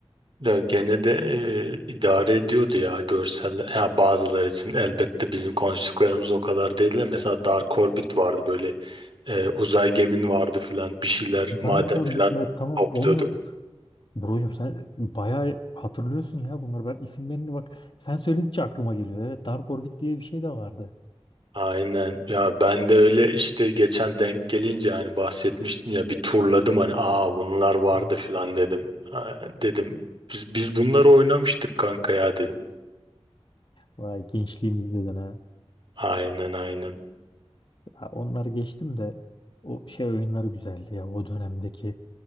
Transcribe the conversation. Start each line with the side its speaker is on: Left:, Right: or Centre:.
Right: Ya gene de e, idare ediyordu ya görseller. Ha, bazıları için elbette bizim konuştuklarımız o kadar değil de mesela Dark Orbit vardı böyle e, uzay gemin vardı filan bir şeyler maden
Left: Dark Orbit
Right: filan
Left: evet tamam
Right: topluyordun.
Left: onu da Brocum sen bayağı hatırlıyorsun ya bunları ben isimlerini bak sen söyledikçe aklıma geliyor. Evet Dark Orbit diye bir şey de vardı.
Right: Aynen ya ben de öyle işte geçen denk gelince hani bahsetmiştim ya bir turladım hani aa bunlar vardı
Left: Hmm.
Right: filan dedim. Ha, dedim biz biz bunları oynamıştık kanka ya dedim.
Left: Vay gençliğimiz dedin ha.
Right: Aynen aynen.
Left: Ha, onları geçtim de o şey oyunları güzeldi ya. O dönemdeki